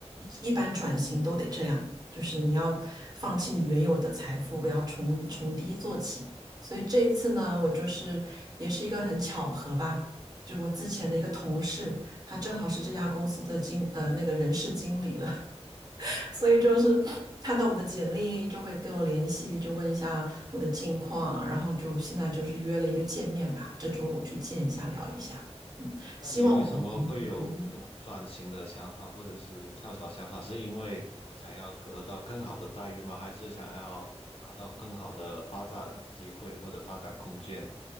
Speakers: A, on the right (about 35°); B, on the left (about 60°).
A: 一般转型都得这样，就是你要放弃你原有的财富，要从从低做起。所以这一次呢，我就是也是一个很巧合吧，就是我之前的一个同事。他正好是这家公司的经呃那个人事经理了，<laughs> 所以就是看到我的简历就会跟我联系，就问一下我的近况，然后就现在就是约了一个见面吧，这周五去见一下聊一下，嗯，
B: 那你为什么会有这种转型的想法或者是跳槽想法？
A: 希望我的成功。
B: 是因为想要得到更好的待遇吗？还是想要拿到更好的发展机会或者发展空间？